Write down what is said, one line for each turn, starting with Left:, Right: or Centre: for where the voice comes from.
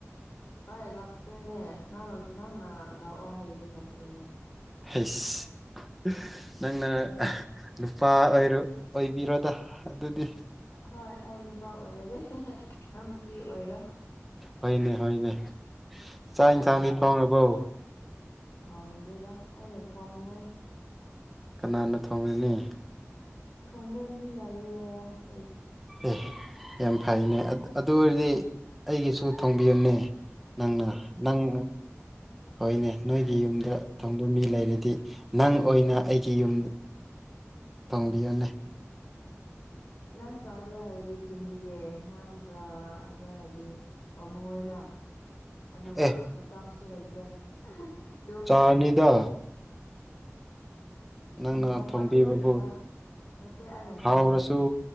Left: ꯍꯣꯏ ꯂꯥꯛꯇꯣꯏꯅꯦ ꯅꯪ ꯅꯪꯅ ꯂꯥꯛꯑꯣ ꯍꯥꯏꯔꯗꯤ ꯂꯥꯛꯇꯣꯏꯅꯦ
Centre: ꯍꯁ ꯅꯪꯅ ꯅꯨꯄꯥ ꯑꯣꯏꯔ ꯑꯣꯏꯕꯤꯔꯣꯗ ꯑꯗꯨꯗꯤ
Left: ꯍ ꯅꯨꯄꯥ ꯑꯣꯏꯔꯒꯦ ꯅꯪ ꯅꯨꯄꯤ ꯑꯣꯏꯔꯣ
Centre: ꯍꯣꯏꯅꯦ ꯍꯣꯏꯅꯦ ꯆꯥꯛ
Left: ꯌꯥꯕ꯭ꯔꯥ
Centre: ꯌꯦꯟꯁꯥꯡꯅꯤ ꯊꯣꯡꯉꯅꯕꯣ
Left: ꯊꯣꯡꯗ꯭ꯔꯤꯗ ꯑꯩꯅ ꯊꯣꯡꯉꯣꯏ
Centre: ꯀꯅꯥꯅ ꯊꯣꯡꯒꯅꯤ
Left: ꯊꯣꯡꯕ ꯃꯤ ꯂꯩꯥꯛꯌꯦꯦ
Centre: ꯑꯦ ꯌꯥꯝ ꯐꯩꯅꯦ ꯑꯗꯨ ꯑꯣꯏꯔꯗꯤ ꯑꯩꯒꯤꯁꯨ ꯊꯣꯡꯕꯤꯌꯅꯦ ꯅꯪꯅ ꯅꯪ ꯍꯣꯏꯅꯦ ꯅꯣꯏꯒꯤ ꯌꯨꯝꯗ ꯊꯪꯕ ꯃꯤ ꯂꯩꯔꯗꯤ ꯅꯪ ꯑꯣꯏꯅ ꯑꯩꯒꯤ ꯌꯨꯝ ꯐꯣꯡꯕꯤꯌꯅꯦ
Left: ꯅꯪ ꯆꯥꯒꯦ ꯍꯥꯏꯗꯤ ꯊꯤꯟꯈꯤꯒꯦ ꯅꯪ ꯆ ꯑꯗ ꯍꯥꯏꯗꯤ ꯄꯥꯃꯨꯡꯅ ꯑꯗꯨꯒ
Centre: ꯑꯦ
Left: ꯃꯇꯝꯁꯨ ꯂꯩꯇꯦ ꯑꯗꯨꯝ
Centre: ꯆꯥꯅꯤꯗ ꯅꯪꯅ
Left: ꯎꯝ ꯍꯧꯃꯟꯕꯒꯤꯅ
Centre: ꯊꯣꯡꯝꯕꯤꯕꯕꯨ
Left: ꯅꯠꯇꯦ ꯑꯩꯅ ꯊꯣꯡꯉꯣꯏ
Centre: ꯍꯥꯎꯔꯁꯨ ꯇꯨ